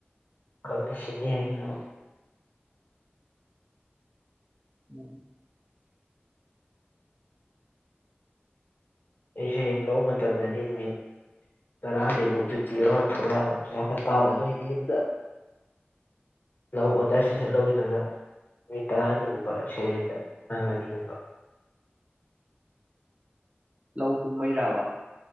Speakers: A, on the left; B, on the right.
A: ꯀꯧꯒꯤ ꯁꯤꯅꯤ ꯍꯥꯏꯒꯤꯅꯣ
B: ꯎꯝ
A: ꯑꯩ ꯁꯩꯔꯦꯡ ꯂꯧꯕ ꯃꯇꯝꯗꯗꯤ ꯅꯨꯃꯤꯠ ꯇꯔꯥꯅꯤꯃꯨꯛ ꯨꯇꯤ ꯑꯃ ꯊꯣꯛꯂꯛꯑꯒ ꯄꯩꯖꯥ ꯍꯇꯥꯥꯗ ꯑꯗꯨꯗꯏꯗꯤ ꯌꯨꯝꯗ ꯂꯧ ꯑꯣꯗꯔ ꯁꯁꯟ ꯂꯧꯁꯤꯜꯂꯒ ꯅꯨꯃꯤꯠ ꯇꯔꯥꯅꯤꯒꯨꯝꯕ ꯁꯩꯔꯦꯡꯗ ꯅꯪ ꯑꯅꯤꯒꯨꯝꯕ
B: ꯂꯧ ꯀꯨꯨꯝꯕꯩ ꯔꯕꯥ